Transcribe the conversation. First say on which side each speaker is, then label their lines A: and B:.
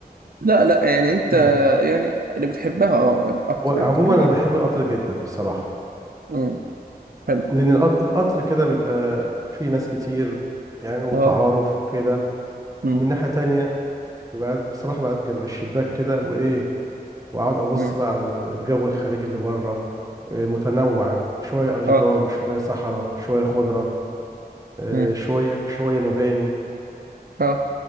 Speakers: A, on the right; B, on the right.
A: لا لا يعني انت
B: اه
A: يعني اللي بتحبها اه اكتر
B: هو عموما
A: اللي بتحبها
B: انا بحب القطر جدا بصراحة
A: امم حلو
B: لان القط- القطر كده بيبقى فيه ناس كتير يعني وتعارف
A: اه
B: وكده
A: امم
B: ومن ناحية تانية ببقى قاعد- بصراحة بقعد جنب الشباك كده وايه واقعد ابص
A: امم
B: بقى على الجو الخارجي اللي بره إيه، متنوع شوية اشجار
A: اه
B: شوية صحراء شوية خضرة إيه،
A: امم
B: شوية شوية مباني
A: اه